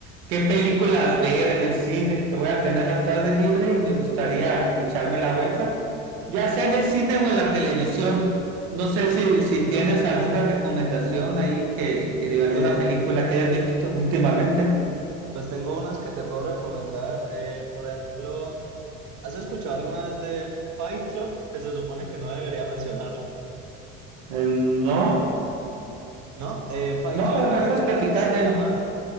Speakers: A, on the right; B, on the right.
A: qué películas ver en el cine. Te voy a tener la tarde libre y me gustaría echarme la vuelta, ya sea en el cine o en la televisión. No sé si, si tienes alguna recomendación ahí que, que de alguna
B: Eh,
A: película que hayas visto tú últimamente.
B: pues tengo unas que te puedo recomendar. Eh, por ejemplo, ¿has escuchado alguna vez de Fight Club? Que se supone que no debería mencionarlo.
A: Eh, no,
B: ¿No? Eh, Fight
A: no,
B: Club
A: pero me
B: eh,
A: puedes platicar
B: se
A: de...
B: llama